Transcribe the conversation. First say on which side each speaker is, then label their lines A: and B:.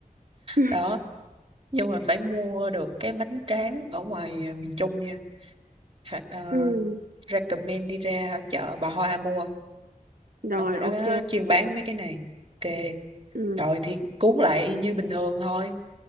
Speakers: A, on the right; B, on the right.
A: <laughs>
B: đó nhưng mà phải mua được cái bánh tráng ở ngoài ờ, miền Trung nha phải ờ,
A: Ừ.
B: recommend đi ra chợ Bà Hoa mua
A: Rồi
B: ở ngoài đó
A: ok.
B: chuyên bán mấy cái này ok
A: Ừ.
B: rồi thì cuốn lại y như bình thường thôi